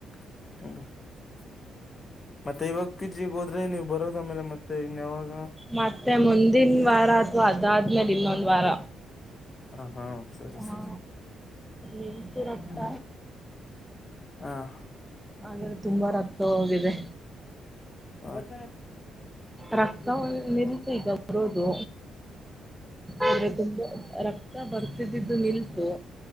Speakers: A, on the left; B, in the centre.
A: <unintelligible> ಮತ್ತೆ ಇವಾಗ್ ಪಿಜಿಗ್ ಹೋದ್ರೆ ನೀವ್ ಬರೋದು ಆಮೇಲೆ ಮತ್ತೆ ಇನ್ಯಾವಾಗ್
B: ಮತ್ತೆ ಮುಂದಿನ್ ವಾರ ಅಥವಾ ಅದಾದ್ಮೇಲ್ ಇನ್ನೊಂದ್ ವಾರ
A: ಹ ಹಾ ಸರಿ ಸರಿ
B: ಹಾ ನಿಂತು ರಕ್ತ
A: ಹ ಹಾಂ
B: ಆದ್ರೆ ತುಂಬಾ ರಕ್ತ ಹೋಗಿದೆ.
A: ಹ
B: ರಕ್ತ ನಿಲ್ತು ಈಗ ಬರೋದು ಆದ್ರೆ ತುಂಬಾ ರಕ್ ತ್ತ ಬರ್ತಿದ್ದಿದ್ದು ನಿಲ್ತು,